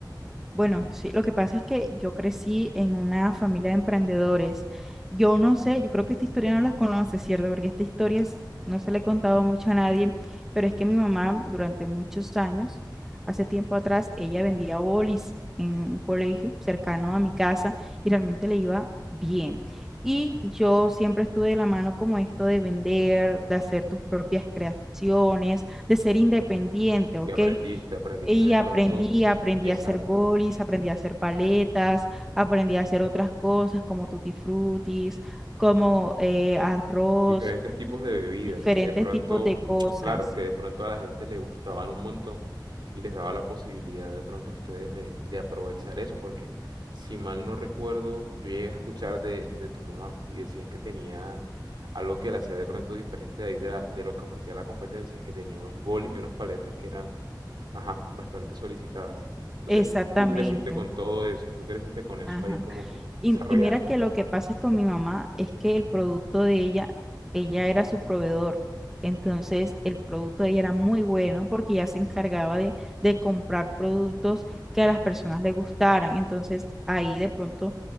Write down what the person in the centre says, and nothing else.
Bueno, sí, lo que pasa es que yo crecí en una familia de emprendedores. Yo no sé, yo creo que esta historia no la conoces, ¿cierto? Porque esta historia es- no se la he contado mucho a nadie, pero es que mi mamá durante muchos años, hace tiempo atrás, ella vendía bolis en un colegio cercano a mi casa y realmente le iba bien. Y yo siempre estuve de la mano como esto de vender, de hacer tus propias creaciones, de ser independiente, ¿ok?
Y
aprendí,
aprendí
a hacer bolis, aprendí a hacer paletas, aprendí a hacer otras cosas como tutti frutis, como eh, arroz,
diferentes
tipos de cosas.
Exactamente.
Ajá.
Y,
y mira que lo que pasa es con mi mamá es que el producto de ella, ella era su proveedor. Entonces el producto de ella era muy bueno porque ella se encargaba de, de comprar productos que a las personas les gustaran. Entonces ahí de pronto